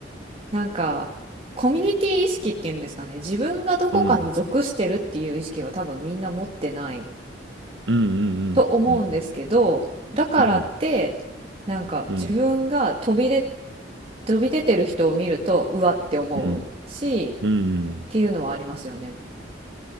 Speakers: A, on the right (about 30°); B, on the right (about 70°).
A: なんか、コミュニティ意識っていうんですかね。自分がどこかに属してるっていう意識は多分みんな持ってない
B: うんうんう
A: と思うんですけど、
B: んうん
A: だからって
B: うん
A: なんか自分が飛び出、
B: うん
A: 飛び出てる人を見るとうわって思うしっ
B: うんうん
A: ていうのはありますよね。